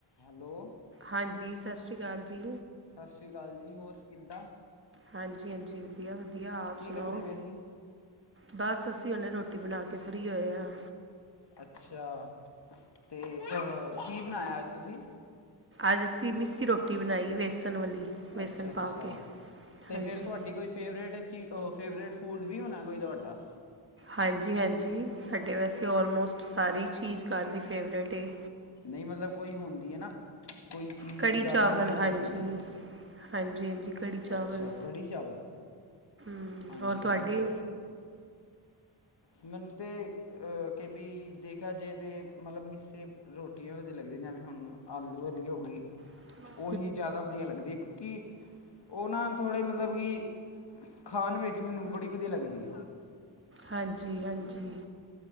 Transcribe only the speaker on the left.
Hello.
ਸਤਿ ਸ਼੍ਰੀ ਅਕਾਲ ਜੀ, ਹੋਰ ਕਿੱਦਾਂ?
ਕੀ
ਕਰਦੇ ਪਏ ਸੀ
ਅੱਛਾ, ਤੇ' ਕੀ ਬਣਾਇਆ ਅੱਜ ਤੁਸੀਂ?
ਅੱਛਾ-ਅੱਛਾ,
ਅਤੇ
ਫਿਰ ਤੁਹਾਡੀ ਕੋਈ ਫੇਵਰੇਟ ਚੀ ਫੇਵਰੇਟ ਫੂਡ ਵੀ ਹੋਣਾ ਕੋਈ ਤੁਹਾਡਾ?
ਨਹੀਂ, ਮਤਲਬ ਕੋਈ ਹੁੰਦੀ ਹੈ ਨਾ, ਕੋਈ ਚੀਜ਼
ਜ਼ਿਆਦਾ
ਹੀ ਫੇਵਰੇਟ
ਹੁੰਦੀ ਹੈ।
ਅੱਛਾ, ਕੜੀ-ਚਾਵਲ।
ਹਾਂਜੀ,
ਕੜੀ-ਚਾਵਲ। ਬੰਦੇ ਅ ਕੇ ਬੀ ਦੇਖਾ ਜੇ ਤੇ ਮਤਲਬ ਮਿਸੀ ਰੋਟੀਆਂ ਦੇ ਲੱਗਦੇ ਨੇ ਹੁਣ ਆਲੂ ਵਾਲੀ ਹੋ ਗਈ
ਓਹੀ ਜਾਦਾ ਵਧੀਆ ਲੱਗਦੀ ਅ ਇੱਕ ਕਿ ਓ ਨਾ ਥੋੜ੍ਹੇ ਮਤਲਬ ਕਿ ਖਾਣ ਵਿੱਚ ਮੈਨੂੰ ਬੜੀ ਵਧੀਆ ਲੱਗਦੀ ਐ